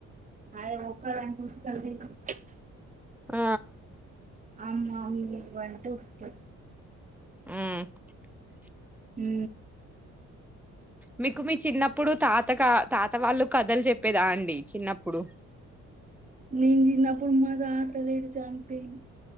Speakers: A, on the right; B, in the centre.
A: అది <inaudible>
B: ఆ
A: అమమ్ వంటంట
B: మ్
A: మ్
B: మీకు మీ చిన్నప్పుడు తాతగా తాత వాళ్ళు కథలు చె చెప్పేదా అండి చిన్నప్పుడు
A: నేను చిన్నప్పుడు మా తాత లేరు చంపోయిండు